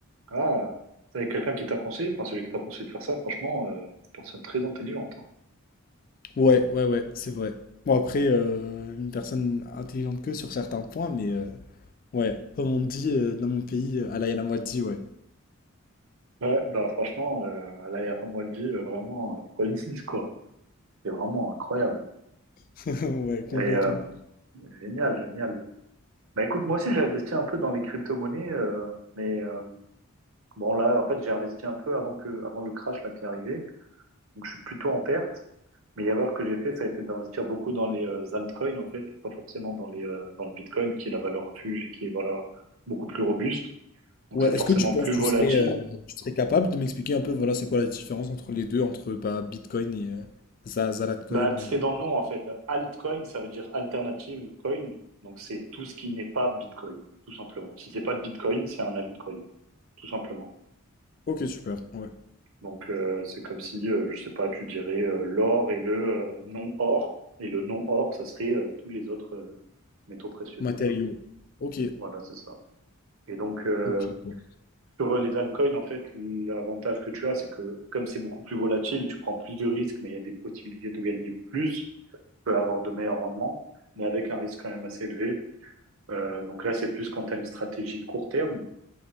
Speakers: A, on the right (about 70°); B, on the left (about 40°).
A: Ah, ça avec quelqu'un qui t'a conseillé, enfin celui qui t'a conseillé de faire ça, franchement, euh, c'est une personne très intelligente. hein.
B: Ouais, ouais, ouais, c'est vrai. Bon, après, euh, une personne intelligente que sur certains points, mais euh, ouais, comme on dit euh, dans mon pays, euh, à la moitié, ouais.
A: Ouais, bah franchement, euh, à l'ARM Waldi, euh, vraiment, euh, Francis, quoi. C'est vraiment incroyable.
B: <laughs> Ouais, complètement.
A: Et euh, génial, génial. Bah écoute, moi aussi j'ai investi un peu dans les crypto-monnaies, euh, mais euh, bon là, en fait, j'ai investi un peu avant que, avant le crash là qui est arrivé. Donc, je suis plutôt en perte. Mais l'erreur que j'ai fait, ça a été d'investir beaucoup dans les euh, altcoins, en fait, et pas forcément dans les, euh, dans le Bitcoin, qui est la valeur refuge et qui est, voilà, beaucoup plus robuste. Donc,
B: Ouais,
A: c'est
B: est-ce
A: forcément
B: que tu penses
A: plus
B: que
A: volatile.
B: tu serais, euh, tu serais capable de m'expliquer un peu, voilà, c'est quoi la différence entre les deux, entre bah, Bitcoin et euh, Za- Zalatcoin
A: Bah, c'est
B: ou...
A: dans le nom, en fait. Altcoin, ça veut dire alternative coin. Donc, c'est tout ce qui n'est pas Bitcoin, tout simplement. Si c'est pas de Bitcoin, c'est un altcoin, tout simplement.
B: Ok, super, ouais.
A: Donc, euh, c'est comme si, euh, je sais pas, tu dirais euh, l'or et le euh, non-or. Et le non-or, ça serait euh, tous les autres euh, métaux précieux,
B: Matériaux.
A: tu vois.
B: Ok,
A: Voilà, c'est ça. Et donc, euh,
B: ok. bon.
A: sur les altcoins, en fait, l'avantage que tu as, c'est que comme c'est beaucoup plus volatile, tu prends plus de risques, mais il y a des possibilités de gagner plus, tu peux avoir de meilleurs rendements, mais avec un risque quand même assez élevé. Euh, donc là, c'est plus quand tu as une stratégie court terme,